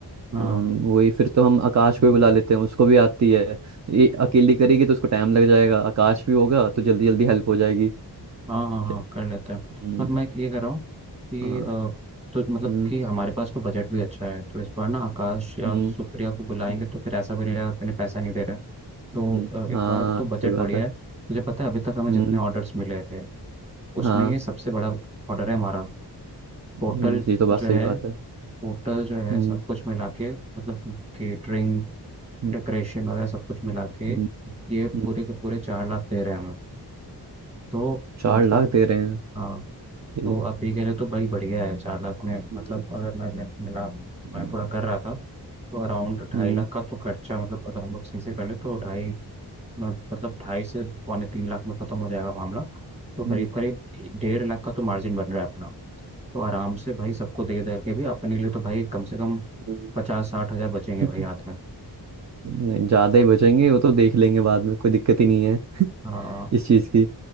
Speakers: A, on the right; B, on the right.
A: अम,
B: हाँ
A: वही फिर तो हम आकाश पे बुला लेते हैं उसको भी आती है ये अकेली करेगी तो उसको टाइम लग जाएगा आकाश भी होगा तो जल्दी जल्दी हेल्प हो जाएगी
B: हाँ
A: क्या
B: हाँ हाँ कर लेते हैं
A: हम्म
B: पर मैं ये कह रहा हूँ कि
A: हाँ
B: अ, तो मतलब
A: हम्म
B: कि हमारे पास तो बजट भी अच्छा है तो इस बार ना आकाश या
A: हम्म
B: सुप्रिया को बुलाएंगे
A: हम्म,
B: तो फिर ऐसा भी नहीं रहेगा कि इन्हें पैसा नहीं दे रहा है तो
A: हम्म,
B: अ, इस
A: हाँ
B: बार तो बजट
A: सही बात
B: बढ़िया
A: है
B: है तुझे पता है अभी तक हमें
A: हम्म
B: जितने ऑर्डर्स मिले थे उसमें
A: हाँ
B: ये सबसे बड़ा ऑर्डर है हमारा टोटल
A: हम्म, ये तो बात
B: जो
A: सही
B: है
A: बात है
B: टोटल जो है
A: हम्म
B: सब कुछ मिला के मतलब केटरिंग
A: हम्म,
B: डेकोरेशन वगैरह सब कुछ मिला के
A: हम्म,
B: ये पूरे
A: हम्म,
B: के पूरे चार लाख दे रहे हैं हमें तो
A: चार
B: मतलब
A: लाख दे रहे हैं
B: हाँ
A: ये
B: तो आप ये कह रहे हो तो भाई बढ़िया है चार लाख में
A: हम्म
B: मतलब अगर मैं मैं- मिला
A: हम्म
B: मैं पूरा कर रहा था तो अराउंड ढाई
A: हम्म,
B: लाख का तो खर्चा मतलब अगर हम लोग सही से कर ले तो ढाई मतलब ढाई से पौने तीन लाख में ख़त्म हो जाएगा मामला तो करीब
A: हम्म,
B: करीब डेढ़ लाख का तो मार्जिन बन रहा है अपना तो आराम से भाई सबको दे दे के भी अपने लिए तो भाई कम से कम
A: हम्म,
B: पचास साठ हज़ार बचेंगे
A: <laughs>
B: भाई हाथ में
A: नहीं ज्यादा ही बचेंगे वो तो देख लेंगे बाद में कोई दिक्कत ही नहीं है
B: हाँ
A: इस चीज़ की